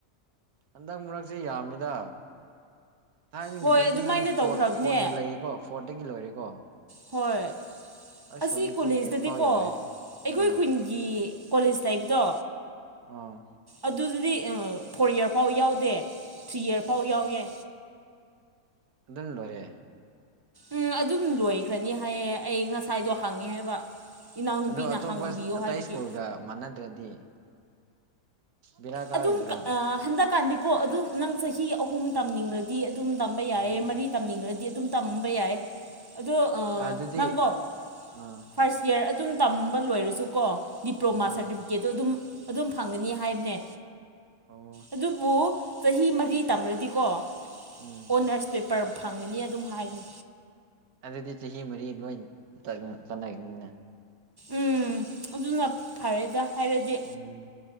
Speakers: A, on the right (about 70°); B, on the right (about 30°).
A: ꯍꯟꯗꯛ ꯃꯔꯛꯁꯦ ꯌꯥꯝꯃꯤꯗ ꯊꯥꯏꯅꯒꯤꯗꯗꯤ
B: ꯍꯣꯏ ꯑꯗꯨꯃꯥꯏꯅ
A: ꯐꯣꯔꯠ
B: ꯇꯧꯈ꯭ꯔꯕꯅꯦ
A: ꯐꯣꯔꯠꯅ ꯂꯩꯔꯤꯀꯣ ꯐꯣꯔꯠꯇꯒꯤ ꯂꯣꯏꯔꯦꯀꯣ
B: ꯍꯣꯏ
A: ꯑꯁ
B: ꯑꯁꯤ
A: ꯍꯧꯖꯤꯛꯇꯤ
B: ꯀꯣꯂꯦꯖꯇꯗꯤꯀꯣ
A: ꯑꯩꯠ ꯐꯥꯎ ꯌꯧꯔꯦ
B: ꯑꯩꯈꯣꯏ
A: ꯎꯝ
B: ꯈꯨꯟ ꯒꯤ ꯀꯣꯂꯦꯖ ꯂꯩꯕꯗꯣ
A: ꯑꯣ
B: ꯑꯗꯨꯗꯨꯗꯤ ꯐꯣꯔ ꯏꯌꯥꯔ ꯐꯥꯎ ꯌꯥꯎꯗꯦ ꯊ꯭ꯔꯤ ꯏꯌꯥꯔ
A: ꯑꯣ
B: ꯐꯥꯎ ꯌꯥꯎꯌꯦꯦ
A: ꯑꯗꯨ ꯂꯔꯦ
B: ꯎꯝ ꯑꯗꯨꯝ ꯂꯣꯏꯈ꯭ꯔꯅꯤ ꯍꯥꯏꯌꯦ ꯑꯩ ꯉꯁꯥꯏꯗꯣ ꯍꯪꯉꯤ ꯍꯥꯏꯕ ꯏꯅꯥꯎꯅꯨꯄꯤꯅ
A: ꯑꯗ ꯑꯇꯣꯞꯄ
B: ꯍꯪꯕꯤꯌꯣ
A: ꯑꯇꯩ
B: ꯍꯥꯏꯕꯒꯤ
A: ꯁ꯭ꯀꯨꯜꯒ ꯃꯥꯟꯅꯗ꯭ꯔꯗꯤ ꯕꯦꯔꯥ ꯀꯥꯔꯣꯏꯗ꯭ꯔꯣ
B: ꯑꯗꯨꯝ ꯍꯟꯗꯛꯀꯥꯟꯗꯤꯀꯣ ꯑꯗꯨꯝ ꯅꯪ ꯆꯍꯤ ꯑꯍꯨꯝ ꯇꯝꯅꯤꯡꯉꯗꯤ ꯑꯗꯨꯝ ꯇꯝꯕ ꯌꯥꯏ
A: ꯎꯝ
B: ꯃꯔꯤ ꯇꯝꯅꯤꯡꯉꯗꯤ ꯑꯗꯨꯝ ꯇꯝꯕ ꯌꯥꯏ ꯑꯗꯣ
A: ꯑꯗꯨꯗꯤ
B: ꯅꯪꯀꯣ
A: ꯑꯥ
B: ꯐꯥꯔꯁ ꯏꯌꯥꯔ ꯑꯗꯨꯝ ꯇꯝꯕ ꯂꯣꯏꯔꯁꯨꯀꯣ ꯗꯤꯄ꯭ꯂꯣꯃꯥ
A: ꯎꯝ
B: ꯁꯥꯔꯇꯤꯐꯤꯀꯦꯠꯇꯣ ꯑꯗꯨꯝ ꯑꯗꯨꯝ ꯐꯪꯒꯅꯤ ꯍꯥꯏꯕꯅꯦ
A: ꯑꯣ
B: ꯑꯗꯨꯕꯨ ꯆꯍꯤ ꯃꯔꯤ ꯇꯝꯃ꯭ꯔꯗꯤꯀꯣ
A: ꯎꯝ
B: ꯑꯣꯅꯔꯁ ꯄꯦꯄꯔ ꯐꯪꯉꯅꯤ ꯑꯗꯨꯝ ꯍꯥꯏꯅꯤ
A: ꯑꯗꯨꯗꯤ ꯆꯍꯤ ꯃꯔꯤ ꯂꯣꯏ ꯆꯠꯅꯒꯅꯤꯅ
B: ꯎꯝ ꯑꯗꯨꯅ ꯐꯔꯦꯗ ꯍꯥꯏꯔꯗꯤ
A: ꯎꯝ